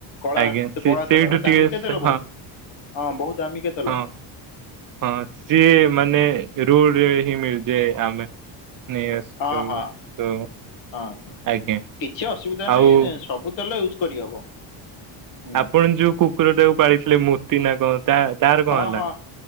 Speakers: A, on the left; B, on the right.
A: କଳା
B: ଆଜ୍ଞା
A: କେ
B: ସେ
A: କଳା
B: ସେଇଠୁ
A: ତେଲ ଏ ଦାମିକିଆ
B: ଟିକେ
A: ତେଲ ବହୁତ।
B: ହଁ
A: ହଁ ବହୁତ ଦାମିକିଆ ତେଲ।
B: ହଁ ହଁ ସିଏ ମାନେ ରୋଡ୍ ରେ ହିଁ ମିଳିଯାଏ। ଆମେ ନେଇ ଆସୁ।
A: ହଁ ହଁ
B: <unintelligible>
A: ହଁ
B: ଆଜ୍ଞା
A: କିଛି ଅସୁବିଧା
B: ଆଉ
A: ନାହିଁ ହେ ସବୁ ତେଲ ୟୁଜ୍ କରିହବ। ହୁଁ
B: ଆପଣ ଯୋଉ କୁକୁର ଟାକୁ ପାଳିଥିଲେ ମୋତି ନା କଣ ତା ତାର କଣ
A: ହଁ
B: ହେଲା?
A: ହଁ